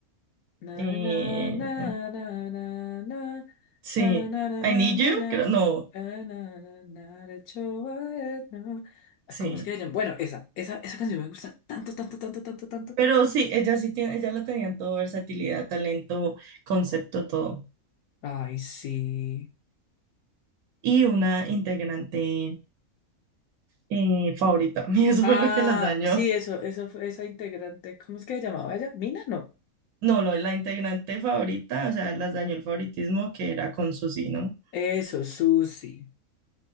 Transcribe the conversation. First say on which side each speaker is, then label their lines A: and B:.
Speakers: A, on the left; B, on the right.
A: Na,
B: Eh,
A: na, na, na, na, na, na,
B: sí,
A: na, na, na,
B: I
A: na,
B: Need
A: na,
B: You,
A: na, na,
B: creo, no,
A: na, na, na, de Chihuahua, no. Ah,
B: sí.
A: ¿Cómo es que se llama? Bueno, esa, esa, esa canción me gusta tanto, tanto, tanto, tanto, tanto.
B: Pero sí, ella sí tiene, ella lo tenían todo, versatilidad, talento, concepto, todo.
A: Ay, sí.
B: Y una integrante eh, favorita. <laughs> Y eso fue
A: Ah,
B: lo que las dañó.
A: sí, eso, eso fue esa integrante. ¿Cómo es que se llamaba ella? Mina, no.
B: No, lo, la integrante favorita, o sea, las dañó el favoritismo que era con Suzy, ¿no?
A: Eso, Susi.